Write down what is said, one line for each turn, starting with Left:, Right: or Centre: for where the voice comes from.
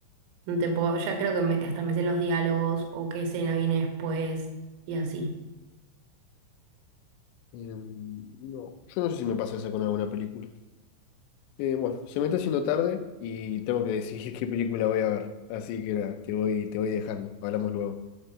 Right: No te puedo, ya creo que me- hasta me sé los diálogos o qué escena viene después y así.
Left: Eh, no, yo no sé si me pasa eso con alguna película. Eh, bueno, se me está haciendo tarde y tengo que decidir <laughs> qué película voy a ver. Así que nada, te voy, te voy dejando. Hablamos luego.